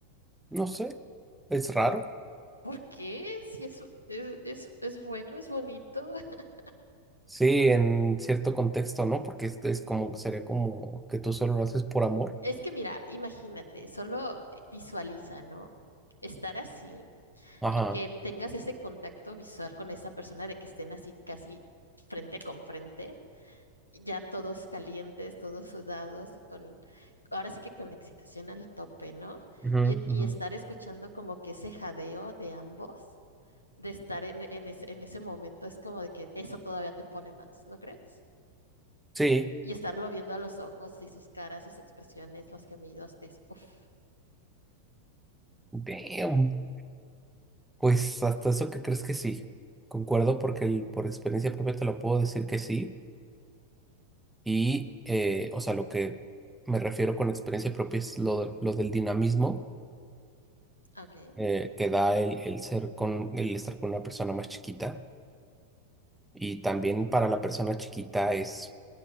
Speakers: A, in the centre; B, on the left (about 80°).
A: No sé, es raro.
B: ¿Por qué? Si es, es, es, es bueno, es bonito. <laughs>
A: Sí, en cierto contexto, ¿no? Porque este es como, sería como que tú solo lo haces por amor.
B: Es que mira, imagínate, solo eh, visualiza, ¿no? Estar así
A: Ajá.
B: y que tengas ese contacto visual con esa persona de que estén así casi frente con frente, ya todos calientes, todos sudados y con, ahora sí que con la excitación al tope, ¿no?
A: Ujú,
B: Y, y
A: ujú.
B: estar escuchando como que ese jadeo de ambos, de estar en, en ese, en ese momento, es como de que eso todavía te pone más, ¿no crees?
A: Sí.
B: Y estarlo viendo a los ojos y sus caras, sus expresiones, los gemidos, es uff.
A: Damn. Pues hasta eso que crees que sí. Concuerdo porque el- por experiencia propia te lo puedo decir que sí. Y, eh, o sea, lo que me refiero con experiencia propia es lo, lo del dinamismo
B: Ok,
A: eh, que da el, el ser con, el estar con una persona más chiquita. Y también para la persona chiquita es